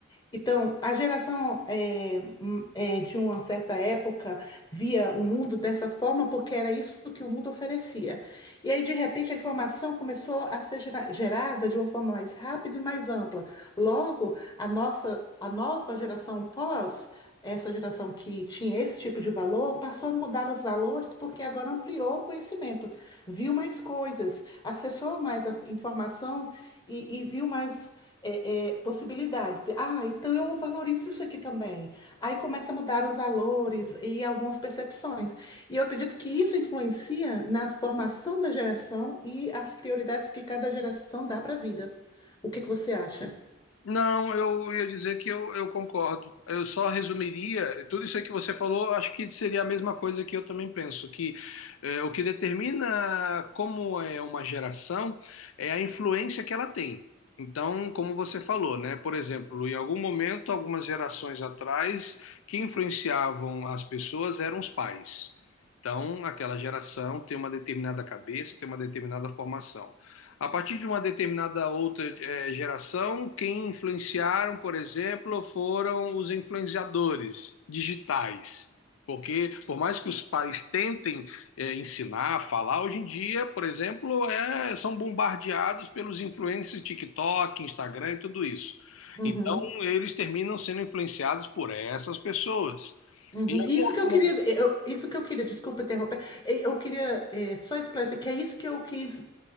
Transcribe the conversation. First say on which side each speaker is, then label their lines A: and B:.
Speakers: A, on the left; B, on the left.
A: Então, a geração eh, hum, eh, de uma certa época via o mundo dessa forma porque era isso que o mundo oferecia. E aí, de repente, a informação começou a ser gera- gerada de uma forma mais rápida e mais ampla. Logo, a nossa, a nova geração pós, essa geração que tinha esse tipo de valor, passou a mudar os valores porque agora ampliou o conhecimento, viu mais coisas, acessou mais a informação e e viu mais é, é, possibilidades. Ah, então eu valorizo isso aqui também. Aí começa a mudar os valores e algumas percepções. E eu acredito que isso influencia na formação da geração e as prioridades que cada geração dá para a vida. O que que você acha?
B: Não, eu ia dizer que eu, eu concordo. Eu só resumiria, tudo isso aí que você falou, eu acho que seria a mesma coisa que eu também penso, que eh, o que determina como é uma geração é a influência que ela tem. Então, como você falou, né? Por exemplo, em algum momento, algumas gerações atrás, quem influenciavam as pessoas eram os pais. Então, aquela geração tem uma determinada cabeça, tem uma determinada formação. A partir de uma determinada outra eh, geração, quem influenciaram, por exemplo, foram os influenciadores digitais. Porque, por mais que os pais tentem eh, ensinar, falar, hoje em dia, por exemplo, eh, são bombardeados pelos influencers TikTok, Instagram e tudo isso.
A: Uhum,
B: Então, eles terminam sendo influenciados por essas pessoas.
A: uhum.
B: Em algum
A: Isso
B: outro
A: que eu queria,
B: momento.
A: é, eu- isso que eu queria, desculpa interromper, Eh, eu queria eh, só esclarecer que é isso que eu quis